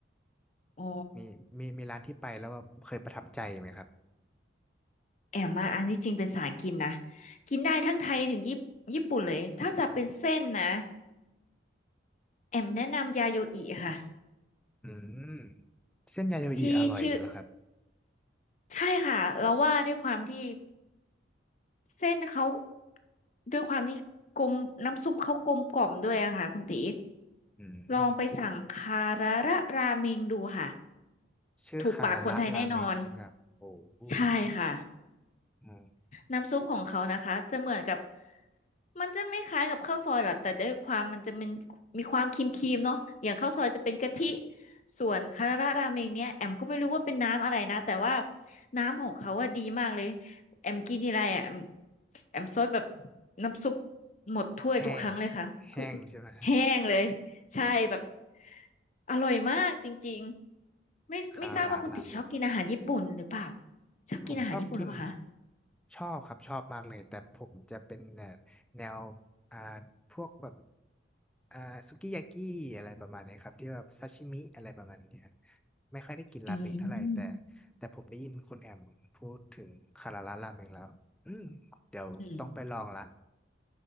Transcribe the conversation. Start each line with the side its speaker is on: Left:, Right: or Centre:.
Left: อ๋อ
Centre: มีมีมีร้านที่ไปแล้วแบบเคยประทับใจไหมครับ
Left: แอมมาอันนี้จริงเป็นสายกินนะกินได้ทั้งไทยถึงญี่ญี่ปุ่นเลยถ้าจะเป็นเส้นนะแอมแนะนำยาโยอิค่ะ
Centre: อืมเส้นยาโยอิอร่อยเหรอครับ
Left: ที่ชื่อใช่ค่ะเราว่าด้วยความที่ เส้นเขาด้วยความที่กลมน้ำซุปเขากลมกล่อมด้วยอะค่ะคุณตี
Centre: อืม
Left: ลองไปสั่งคาราระราเมงดูค่ะ
Centre: ชื่อคาราระราเมงใช่ไหมครับโอ้โห
Left: ถูกปากคนไทยแน่นอนใช่ค่ะ
Centre: อืม
Left: น้ำซุปของเขานะคะจะเหมือนกับ มันจะไม่คล้ายกับข้าวซอยหรอกแต่ด้วยความมันจะเป็นมีความครีมๆเนาะอย่างข้าวซอยจะเป็นกะทิส่วนคาราราเมงเนี่ยแอมก็ไม่รู้ว่าเป็นน้ำอะไรนะแต่ว่าน้ำของเขาอะดีมากเลยแอมกินทีไรอะแอมแอมซดแบบน้ำซุปหมดถ้วยทุกครั้งเลยค่ะคือ
Centre: แห้งแห้งใช่ไหม
Left: แห้งเลยใช่แบบอร่อยมากจริงๆไม่ไม่ทราบว่าคุณติชอบกินอาหารญี่ปุ่นหรือเปล่า
Centre: <laughs> คาราระราเมง
Left: ชอบกินอาหารญี่ปุ่นหรือเปล่าคะ
Centre: ผมชอบกินชอบครับชอบมากเลยแต่ผมจะเป็นแนวแนวอ่าพวกแบบอ่าสุกิยากิอะไรประมาณนี้ครับที่แบบซาชิมิอะไรประมาณนี้ครับไม่ค่อยได้กินราเมงเท่าไหร่แต่
Left: อืม
Centre: แต่ผมได้ยินคุณแอมพูดถึงคาราระราเมงแล้วอืมเดี๋ยวต้องไปลองละ
Left: อืม